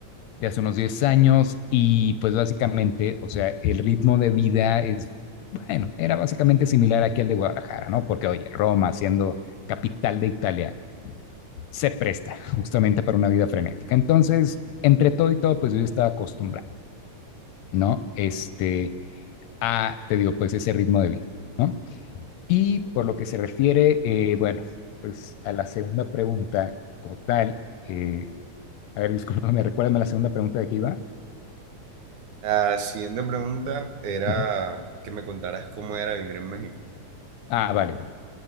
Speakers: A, on the left; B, on the right.
A: De hace unos 10 años y pues básicamente, o sea, el ritmo de vida es, bueno, era básicamente similar aquí al de Guadalajara, ¿no? Porque, oye, Roma, siendo capital de Italia, se presta <laughs> justamente para una vida frenética. Entonces, entre todo y todo, pues yo estaba acostumbrado. ¿no? Este, a, te digo, pues ese ritmo de vida, ¿no? Y por lo que se refiere, eh, bueno, pues a la segunda pregunta, como tal, eh, a ver, discúlpame, recuérdame <laughs> la segunda pregunta de qué iba.
B: La siguiente pregunta era
A: Uh -huh.
B: que me contaras cómo era vivir en México.
A: Ah, vale, vale.